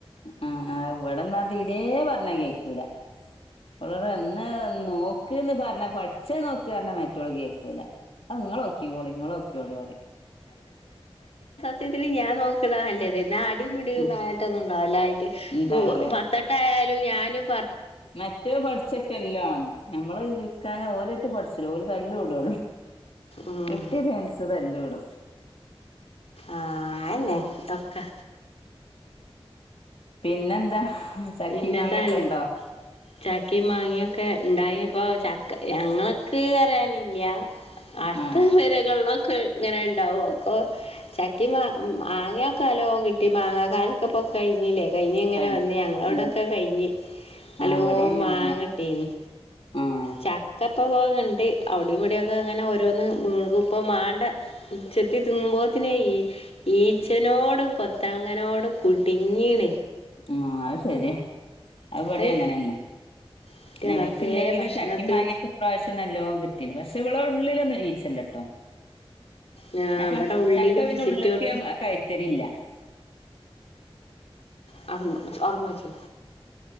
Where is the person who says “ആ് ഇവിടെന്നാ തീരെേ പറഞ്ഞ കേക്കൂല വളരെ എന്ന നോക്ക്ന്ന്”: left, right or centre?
Left